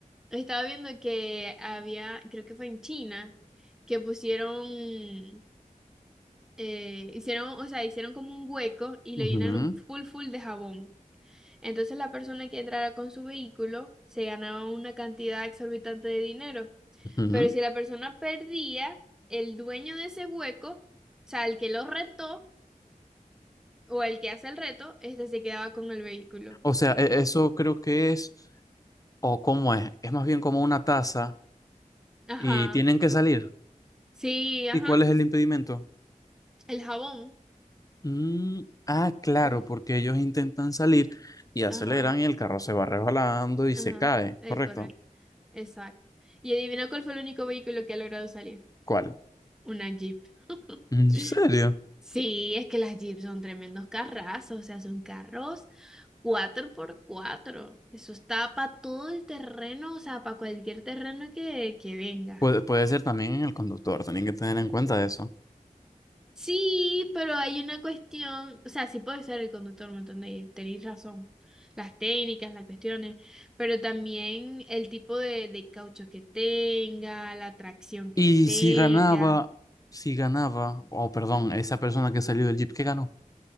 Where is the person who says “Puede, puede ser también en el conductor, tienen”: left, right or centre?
Left